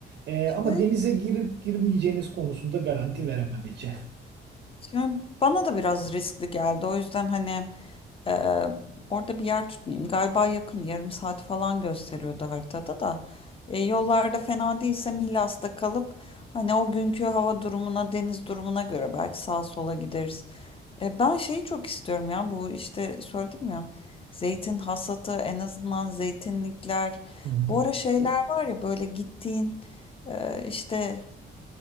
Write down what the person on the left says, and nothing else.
Şey,
şimdi bana da biraz riskli geldi. O yüzden hani Ee, orada bir yer tutmayayım. Galiba yakın yarım saat falan gösteriyordu haritada da. E, yollarda fena değilse Milas'ta kalıp hani o günkü hava durumuna, deniz durumuna göre belki sağa sola gideriz. E, ben şeyi çok istiyorum ya bu işte söyledim ya zeytin hasatı en azından zeytinlikler.
Bu ara şeyler var ya böyle gittiğin e, işte